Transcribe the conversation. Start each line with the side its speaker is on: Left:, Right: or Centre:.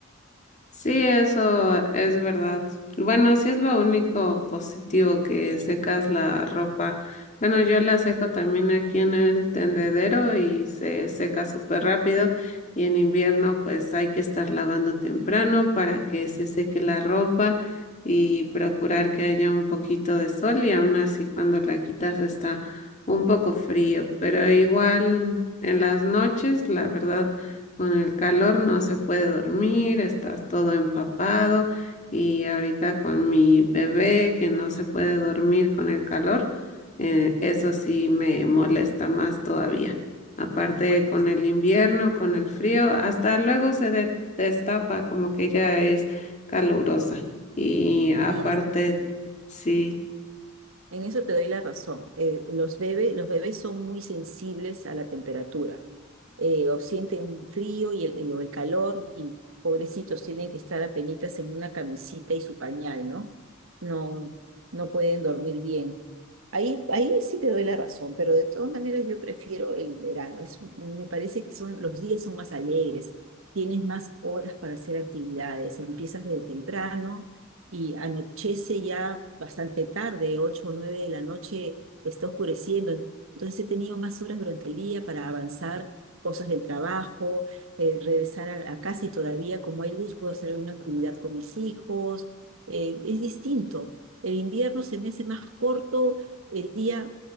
Left: Sí, eso es verdad. Bueno, sí es lo único positivo que secas la ropa. Bueno, yo la seco también aquí en el tendedero y se seca súper rápido. Y en invierno, pues hay que estar lavando temprano para que se seque la ropa y procurar que haya un poquito de sol y aún así cuando la quitas está un poco frío, pero igual en las noches, la verdad. Con el calor no se puede dormir, estás todo empapado y ahorita con mi bebé que no se puede dormir con el calor, eh, eso sí me molesta más todavía. Aparte
Right: Bueno,
Left: con
Right: es-
Left: el invierno, con el frío, hasta luego se de- destapa como que ya es calurosa. Y aparte,
Right: sí es cierto.
Left: sí.
Right: En eso te doy la razón. Eh, los bebés, los bebés son muy sensibles a la temperatura. Eh, o sienten frío y el, y- o el calor, y pobrecitos tienen que estar apenitas en una camisita y su pañal, ¿no? No, no pueden dormir bien. Ahí, ahí sí te doy la razón, pero de todas maneras yo prefiero el verano. Es, me parece que son, los días son más alegres, tienes más horas para hacer actividades, empiezas desde temprano y anochece ya bastante tarde, 8 o 9 de la noche, está oscureciendo. Entonces he tenido más horas durante el día para avanzar cosas del trabajo, eh, regresar a, la casa y todavía como hay luz puedo hacer alguna actividad con mis hijos. Eh, es distinto. El invierno se me hace más corto, el día